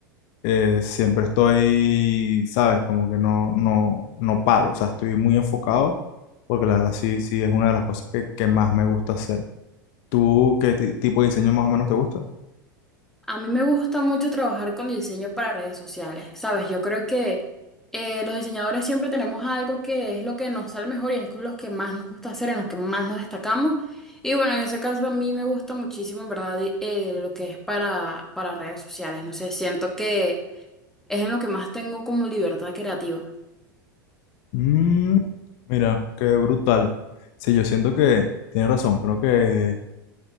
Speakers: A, on the left; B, in the centre.
A: eh, siempre estoy, ¿sabes? Como que no, no, no paro, o sea, estoy muy enfocado, porque la verdad sí, sí es una de las cosas que, que más me gusta hacer. ¿Tú qué ti- tipo de diseño más o menos te gusta?
B: A mí me gusta mucho trabajar con diseño para redes sociales, ¿sabes? Yo creo que eh, los diseñadores siempre tenemos algo que es lo que nos sale mejor y es con los que más nos gusta hacer, en los que más nos destacamos. Y bueno, en ese caso a mí me gusta muchísimo, en verdad, di- eh, lo que es para, para redes sociales. No sé, siento que es en lo que más tengo como libertad creativa.
A: Mm, mira, qué brutal. Sí, yo siento que tiene razón. Creo que